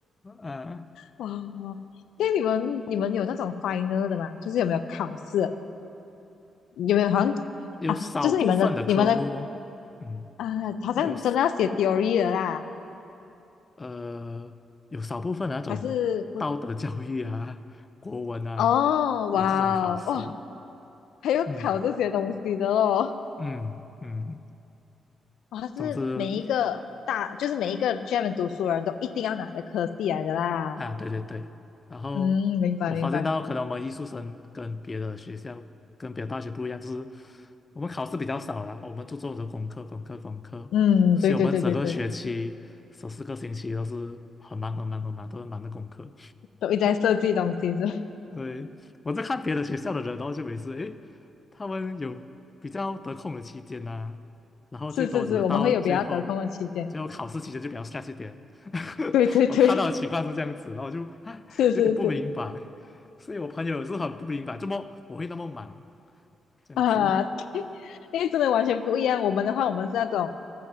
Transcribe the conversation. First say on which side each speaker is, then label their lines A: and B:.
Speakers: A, on the left; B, on the left.
A: 呃，
B: 哇，因为你们你们有那种 final 的嘛，就是有没有考试？有没有好像
A: 有少部分的科目哦，
B: 啊？就是你们的你们的
A: 嗯，
B: 啊，好像真的要写
A: 有。
B: theory 的啦，
A: 呃，有少部分那种道德教育啊、
B: 还是不
A: 国文啊，
B: 哦，哇哦，
A: 有这种考试。
B: 哇，还有考这些东西的哦，
A: 嗯嗯嗯，
B: 哇，是每一个大，
A: 总之
B: 就是每一个专门读书的人都一定要拿的科系来的啦。
A: 啊，对对对。然后我发现到，
B: 嗯，明白明白。
A: 可能我们艺术生跟别的学校、跟别的大学不一样，就是我们考试比较少啦，我们注重的功课、功课、功课，
B: 嗯，
A: 所以我们整个学期十四个星期都是很忙、
B: 对对对对对，
A: 很忙、很忙，都是忙的功课。
B: 都一直在设计东西是吧
A: 对，我在看别的学校的人，然后就每次诶，他们有比较得空的期间呐、然后最多只是到最后最后考试期间就比较
B: <laughs> 是是是，我们会有比较得空的期间。
A: s t r e 一点。<laughs>
B: 对对对，
A: 我看到的情况是这样子，然后我就啊有点不明白，
B: <laughs> 是是是
A: 所以我朋友也是很不明白，怎么我会那么忙这样子。
B: 啊，<laughs> 因为真的完全不一样。我们的话，我们是那种。